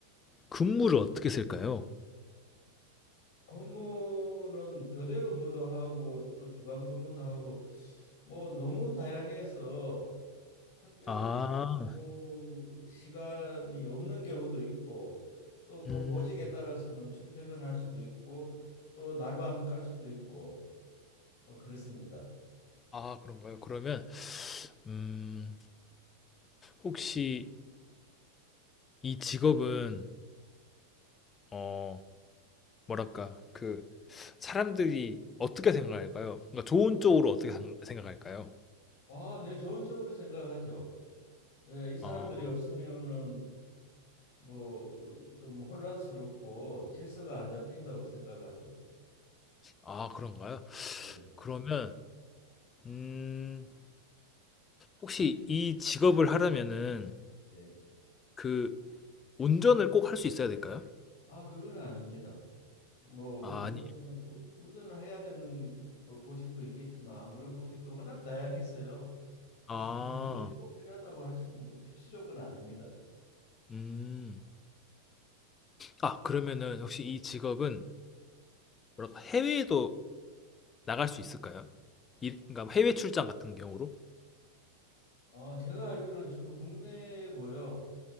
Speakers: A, on the left; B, on the left.
A: 근무를 어떻게 쓸까요?
B: 근무는 교대 근무도 하고 또 주간 근무도 하고 뭐 너무 다양해서 특별히
A: 아,
B: 근무 시간이 없는 경우도 있고 또 뭐
A: 음,
B: 보직에 따라서는 출퇴근할 수도 있고 또 날밤 깔 수도 있고 뭐 그렇습니다.
A: 아, 그런가요? 그러면 음, 혹시 이 직업은 어, 뭐랄까 그 사람들이 어떻게 생각할까요? 그러니까 좋은 쪽으로 어떻게 상- 생각할까요?
B: 아, 네, 좋은 쪽으로 생각하죠. 예, 이 사람들이
A: 아,
B: 없으면은 뭐 좀 혼란스럽고 질서가 안 잡힌다고 생각하죠.
A: 아, 그런가요?
B: 네.
A: 그러면 음, 혹시 이 직업을 하려면은
B: 예.
A: 그 운전을 꼭 할 수 있어야 될까요?
B: 아, 그건 아닙니다. 뭐
A: 아,
B: 운전 운- 운전을 해야 되는 뭐 보직도 있겠지만 안 그런 보직도 워낙 다양했어요. 그래서
A: 아.
B: 뭐 운전이 꼭 필요하다고 할 수는 없고 필수 조건 아닙니다.
A: 음. 아, 그러면은 혹시 이 직업은 뭐랄까 해외에도 나갈 수 있을까요? 일, 그러니까 해외 출장 같은 경우로?
B: 어, 제가 알기로는 주로 국내고요.